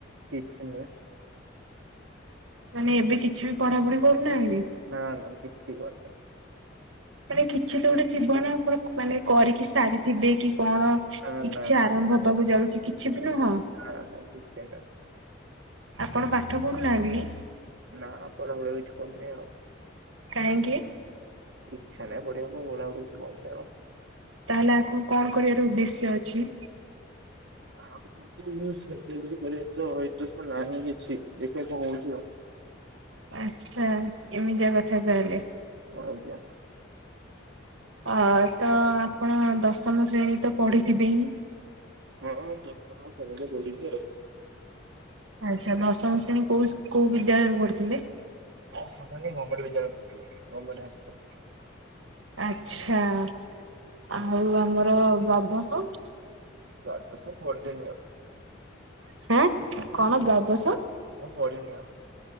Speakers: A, on the right; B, on the right.
A: କିଛି ନୁହେଁ।
B: ମାନେ ଏବେ କିଛି ବି ପଢାପଢି କରୁନାହାନ୍ତି?
A: ନା ନା କିଛି କରୁନି।
B: ମାନେ କିଛି ତ ଗୋଟେ ଥିବ ନା ଆପଣ ମାନେ କରିକି ସାରିଥିବେ କି କଣ? କି
A: ନା ନା
B: କିଛି
A: ନା।
B: ଆରମ୍ଭ ହବାକୁ ଯାଉଛି, କିଛି ବି ନୁହଁ?
A: ନା ନା କିଛି ନାହିଁ।
B: ଆପଣ ପାଠ ପଢ଼ୁନାହାନ୍ତି କି?
A: ନା ପଢା ପଢି କିଛି କରୁନି ଆଉ।
B: କାହିଁକି?
A: ଇଚ୍ଛା ନାହିଁ ପଢିବା କୁ ପଢା ପଢି କିଛି କରୁନି ଆଉ।
B: ତାହେଲେ ଆଗକୁ କଣ କରିବାର ଉଦ୍ଦେଶ୍ୟ ଅଛି?
A: ଆଉ କରିବା ତଇତ ତ ନାହିଁ କିଛି ଦେଖିବା କଣ ହଉଛି ଆ। <unintelligible>
B: ଆଚ୍ଛା ଏମିତିଆ କଥା ତାହେଲେ!
A: ହଁ ଆଜ୍ଞା।
B: ଅ ତ ଆପଣ ଦଶମ ଶ୍ରେଣୀ ତ ପଢିଥିବେ ହିଁ।
A: ହଁଁ ଦଶମ ପର୍ଯ୍ୟନ୍ତ ପଢ଼ିଚି ଆଉ।
B: ଆଚ୍ଛା ଦଶମ ଶ୍ରେଣୀ କୋଉ କୋଉ ବିଦ୍ୟାଳୟରେ ପଢିଥିଲେ?
A: ଦଶମ ଶ୍ରେଣୀ ଗମେଣ୍ଟ ବିଦ୍ୟାଳୟ ରେପଢୁଥିଲି ଗମେଣ୍ଟ ହାଇସ୍କୁଲରେ।
B: ଆଛା ଆଉ ଆମର ଦ୍ୱାଦଶ?
A: ଦ୍ୱାଦଶ ପଢ଼ିଲିନିଆଉ।
B: ଆଁ କ'ଣ ଦ୍ୱାଦଶ?
A: ମୁଁ ପଢିନି ଆଉ।